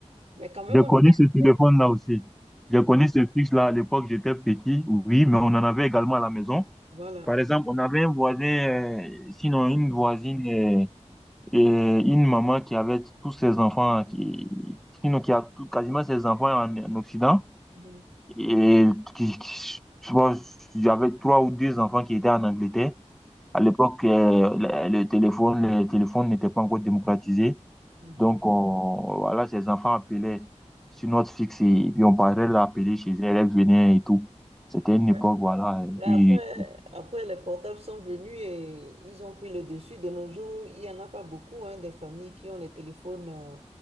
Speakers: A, on the right; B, in the centre.
A: Mais quand même,
B: J'ai
A: on avait
B: connu ce
A: accès.
B: téléphone-là aussi. J'ai connu ce fixe-là à l'époque, j'étais petit, oui, mais on en avait également à la maison.
A: Voilà.
B: Par exemple, on avait un voisin, euh, sinon une voisine euh, et une maman qui avait tous ses enfants, qui, sinon qui a tout- quasiment ses enfants en, en Occident.
A: Mhm.
B: Et qui, qui- je pense, j'avais trois ou deux enfants qui étaient en Angleterre. À l'époque, euh, le, le téléphone, le téléphone n'était pas encore démocratisé.
A: Mm, mhm.
B: Donc, on, voilà, ses enfants appelaient sur notre fixe et, puis on parlait de l'appeler chez elle, elle venait et tout. C'était une époque,
A: Ouais.
B: voilà.
A: Là,
B: Oui,
A: après, après, les portables sont venus et ils ont pris le dessus. De nos jours, il n'y en a pas beaucoup, hein, des familles qui ont les téléphones euh,